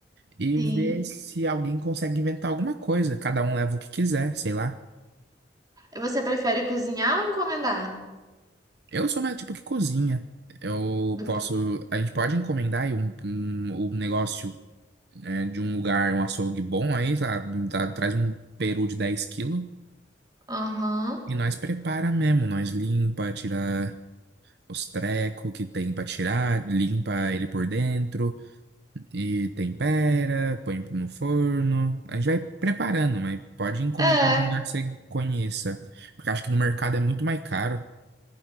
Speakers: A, on the right; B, on the right.
A: e
B: Sim.
A: ver se alguém consegue inventar alguma coisa. Cada um leva o que quiser, sei lá.
B: Você prefere cozinhar ou encomendar?
A: Eu sou mais tipo que cozinha. Eu
B: Do-
A: posso, a gente pode encomendar aí um, um, um negócio né, de um lugar, um açougue bom aí, sei lá, traz um peru de 10 quilos
B: Aham.
A: e nós prepara mesmo, nós limpa, tira os trecos que tem pra tirar, limpa ele por dentro. E tempera, põe no forno. A gente vai preparando, mas pode encomendar
B: É,
A: de um lugar que você conheça. Porque acho que no mercado é muito mais caro.